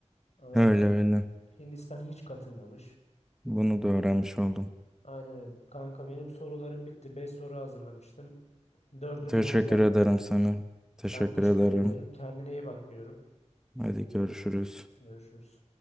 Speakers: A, on the left; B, in the centre.
A: Ama
B: Öyle öyle.
A: Hindistan hiç katılmamış.
B: Bunu da öğrenmiş oldum.
A: Aynen öyle. Kanka benim sorularım bitti. 5 soru hazırlamıştım. Dördünü
B: Teşekkür
A: doğru cevapladın.
B: ederim sana. Teşekkür
A: Ben teşekkür
B: ederim.
A: ederim. Kendine iyi bak diyorum.
B: Hadi görüşürüz.
A: Görüşürüz.